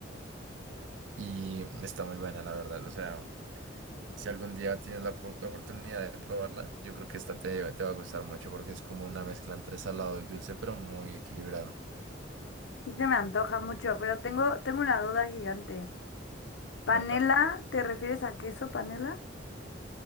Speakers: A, on the right; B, on the left.
A: y está muy buena la verdad, o sea... Si algún día tienes la opor- oportunidad de probarla, yo creo que esta te, te va a gustar mucho porque es como una mezcla entre salado y dulce, pero muy equilibrado.
B: Sí se me antoja mucho, pero tengo, tengo una duda gigante. ¿Panela?
A: Cuéntame.
B: ¿Te refieres a queso panela?